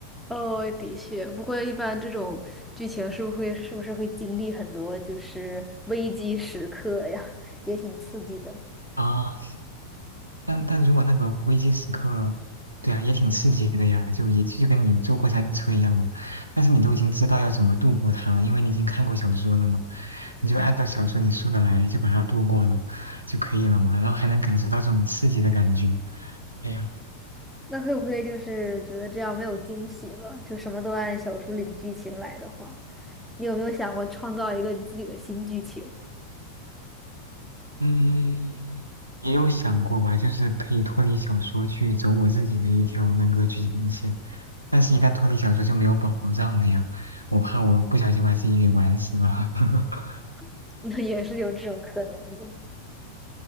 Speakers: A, in the centre; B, on the right.
A: 哦，的确，不过一般这种剧情是不是会是不是会经历很多就是危机时刻呀，<laughs> 也挺刺激的。
B: 啊。但但如果那个危机时刻，对啊，也挺刺激的呀，就也就跟你坐过山车一样嘛。但是你都已经知道要怎么度过它了，因为你已经看过小说了嘛，你就按照小说里说的来，就把它度过了就可以了嘛。然后还能感受到这种刺激的感觉。哎呀，
A: 那会不会就是觉得这样没有惊喜了？就什么都按小说里的剧情来的话，你有没有想过创造一个你自己的新剧情？
B: 嗯，也有想过吧，就是可以脱离小说去走我自己的一条那个剧情线，但是一旦脱离小说就没有保障了呀，我怕我不小心把自己给玩死了。<laughs>
A: <laughs> 那也是有这种可能的。